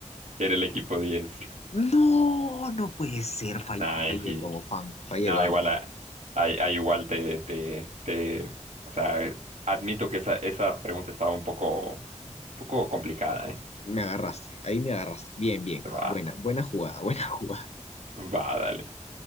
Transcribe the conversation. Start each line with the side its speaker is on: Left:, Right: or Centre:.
Right: Era el equipo diez
Left: no, no puede ser, fall-
Right: Nah,
Left: fallé
Right: eji-
Left: como fan, fallé
Right: no,
Left: como
Right: igual,
Left: fan.
Right: a- ahí- ahí igual te, te, te- o sea, admito que esa, esa pregunta estaba un poco, un poco complicada,
Left: Me agarraste, ahí me agarraste. Bien, bien.
Right: ¿eh?
Left: Ah, buena, buena jugada, <laughs> buena jugada.
Right: Va, dale.